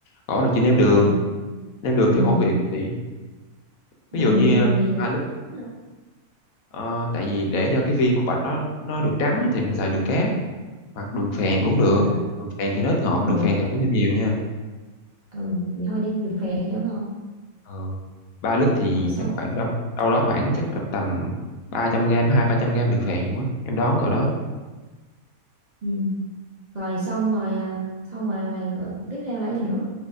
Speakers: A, on the left (about 70°); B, on the right (about 45°).
A: còn bắt đầu chị nêm
B: rồi
A: đường nêm đường
B: ừ.
A: theo khẩu vị của chị
B: mày
A: ví dụ như
B: mày đem đường gì vậy
A: ba lít
B: hả
A: ờ, tại vì để cho cái viên của bạch nó nó được trắng á, thì mình xài đường cát hoặc đường phèn cũng được
B: à,
A: đường phèn thì nó ít ngọt
B: rồi
A: đường
B: rồi
A: phèn thì phải nêm nhiều nha
B: ừ vậy thôi đem đường phèn đi cho ngon
A: Ờ, 3 lít thì
B: rồi xong
A: chắc khoảng đâu đâu đó khoảng chắc cỡ tầm 300 gram hai 300 gram đường phèn nhiều quá em đoán cỡ đó
B: ừ. rồi xong rồi à, xong rồi là rồi tiếp theo là cái gì nữa